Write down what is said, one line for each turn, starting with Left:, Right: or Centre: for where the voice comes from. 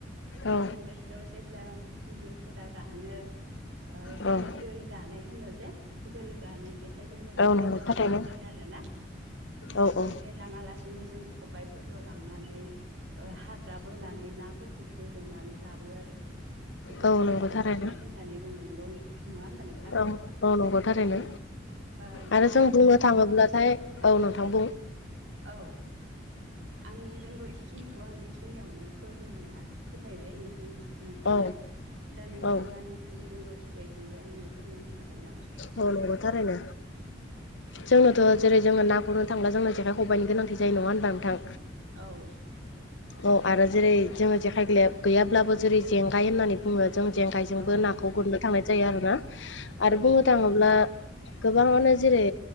Left: औ
Right: मेसें बोथोराव जेब्ला बिलोफोरा रानो जोङो
Left: औ उम
Right: दोल गानाय होनो जे दोल गानाय बेहाय जोङो जेखाइखौ
Left: औ नंगौ
Right: लांनायखाय
Left: थारैनो
Right: जायो आरोना।
Left: औ औ
Right: लाङा लासिनो जों खबबायफोरल' लांनानै हाग्रा बोनानै नाफोरखौ गोरोमनानै लाबो आरो। बेखौ
Left: औ
Right: जोङो
Left: नंगौ
Right: दोन
Left: थारैनो
Right: जानाय होननानै बुङो नोंगौ नङा होमबा नोंथां
Left: औ औ नंगौ थारैनो
Right: औ। ओ दा
Left: आरो जों
Right: आङो
Left: बुंनो थाङोब्लाथाय
Right: औ
Left: नोंथां बुं
Right: औ। आंनि रोंगौथिखिनिखौ आं बेखिनियावनो फोरमायनो हा फोरमायबाय नोंथांनिसिम। नोंथांनो
Left: औ
Right: दा नोंथाङा
Left: औ
Right: नोंथांनि रोंगौथि बायदि आंनो फोरमायनो हागोन नामा?
Left: मावनांगौथारोनो। जोंनोथ' जेरै जोङो ना गुरनो थांब्ला जोंनो जेखाइ खबायनि गोनांथि जायो नङा होनबा नोंथां?
Right: औ
Left: औ आरो जेरै जोङो जेखाय ग्लैया-गैयाब्लाबो जेरै जेंगाय होननानै बुङो जों जेंगायजोंबो
Right: औ
Left: नाखौ
Right: जेंगाय
Left: गुरनो
Right: औ
Left: थांनाय जायो आरोना आरो
Right: औ
Left: बुंनो थाङोब्ला गोबाङानो जेरै